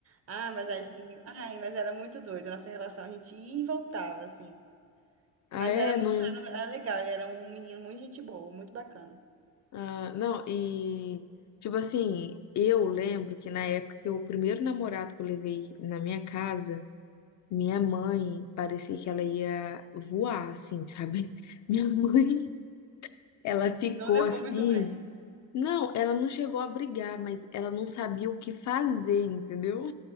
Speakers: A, on the right (about 40°); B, on the left (about 55°).
A: Ah, mas a gente, ai, mas era muito doido a nossa relação, a gente ia e voltava assim.
B: Ah,
A: Mas
B: é,
A: era muito,
B: não.
A: era, era legal, ele era um menino muito gente boa, muito bacana.
B: Ah, não, e tipo assim, eu lembro que na época que o primeiro namorado que eu levei na minha casa, minha mãe parecia que ela ia voar, assim, sabe? <laughs> Minha mãe, ela ficou
A: Não levou
B: assim.
A: muito bem.
B: Não, ela não chegou a brigar, mas ela não sabia o que fazer, entendeu?